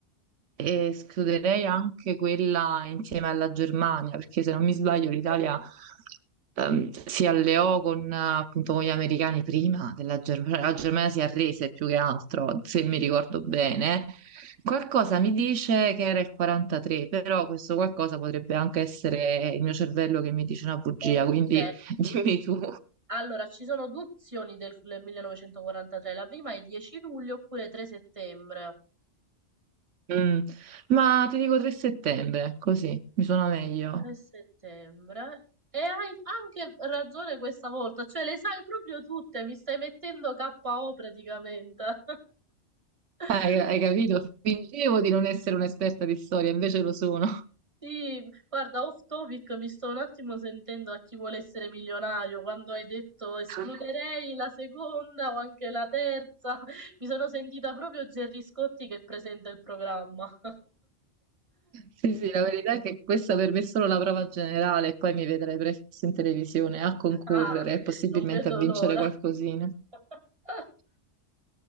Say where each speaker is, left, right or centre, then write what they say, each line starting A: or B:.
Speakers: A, on the right; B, on the right.
A: e escluderei anche quella insieme alla Germania, perché se non mi sbaglio l'Italia
B: Ok.
A: ehm, si alleò con, eh, appunto, con gli americani prima della Germania, la Germania si arrese più che altro, se mi ricordo bene. Qualcosa mi dice che era il 43, però questo qualcosa potrebbe anche essere il mio cervello che mi dice una bugia,
B: Ok.
A: quindi <laughs> dimmi tu.
B: Allora, ci sono due opzioni del del 1943. La prima è 10 luglio oppure 3 settembre.
A: Mm. Ma ti dico 3 settembre, così mi suona meglio.
B: 3 settembre. E hai anche ragione questa volta, cioè le sai proprio tutte, mi stai mettendo KO praticamente. <laughs>
A: Hai, hai capito? Fingevo di non essere un'esperta di storia, invece lo sono.
B: Sì, guarda, off topic, mi sto un attimo sentendo a chi vuole essere milionario, quando hai detto escluderei
A: <laughs>
B: la seconda o anche la terza, <laughs> mi sono sentita proprio Gerry Scotti che presenta il programma. <laughs>
A: Sì, sì, la verità è che questa per me è solo la prova generale, e poi mi vedrai presto in televisione a concorrere
B: Ah,
A: e possibilmente
B: non vedo
A: a vincere
B: l'ora.
A: qualcosina.
B: <laughs>